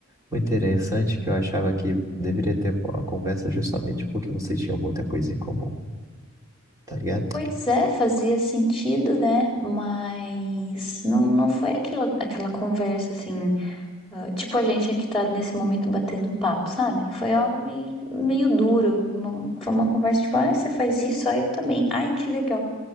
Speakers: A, on the right; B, in the centre.
A: o interessante é que eu achava que deveria ter uma conversa justamente porque vocês tinham muita coisa em comum, tá ligado?
B: Pois
A: <laughs>
B: é, fazia sentido, né? Mas não, não foi aquela, aquela conversa assim, ah, tipo a gente aqui tá nesse momento batendo papo, sabe? Foi algo meio, meio duro. uma- foi uma conversa tipo, ai, você faz isso, ai, eu também, ai, que legal.